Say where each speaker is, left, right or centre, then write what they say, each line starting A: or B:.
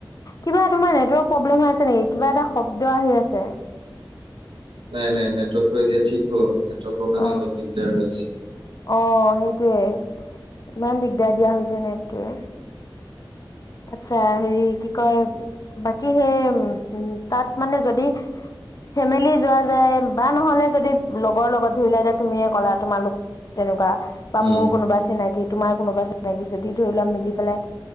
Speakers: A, on the left; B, on the right.
A: কিবা তোমাৰ নেটৱৰ্ক প্ৰব্লেম হৈ আছে নেকি কিবা এটা শব্দ আহি আছ ছে
B: নাই নাই নেটৱৰ্কটো এতিয়া ঠিক হ'ল টৱৰ্কৰ কাৰণে
A: অ'
B: অলপ দিগদাৰ হৈ আছে
A: অ সেইটোৱে ইমান দিগদাৰ দিয়া হৈছে নেটটোৱে আত্ছা হেৰি কি কয় বাকী সেই উ তাত মানে যদি ফেমেলি যোৱা যায় বা নহ'লে যদি লগৰ লগত ধৰিলো এতি তুমিয়ে ক'লা তোমালোক তেনেকুৱা বা
B: উম
A: মোৰ কোনোবা চিনাকি তোমাৰ কোনোবা চিনাকি যদি ধৰি লোৱা মিলি পেলাই